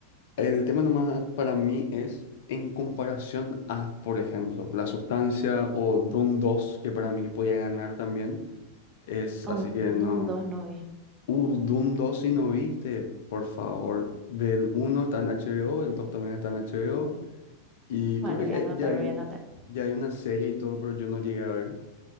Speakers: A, on the left; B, on the right.
A: El tema nomás para mí es en comparación a, por ejemplo, La Sustancia o Doom 2, que para mí podía ganar también. Es
B: Oh,
A: así que no.
B: Dune dos no vi.
A: Uh, Doom 2 si no viste, por favor. Ve el 1 está en HBO, el 2 también está en HBO. Y
B: Bueno,
A: creo que
B: voy
A: ya,
B: a anotar,
A: ya hay,
B: voy
A: un-
B: a anotar.
A: ya hay una serie y todo, pero yo no llegué a ver.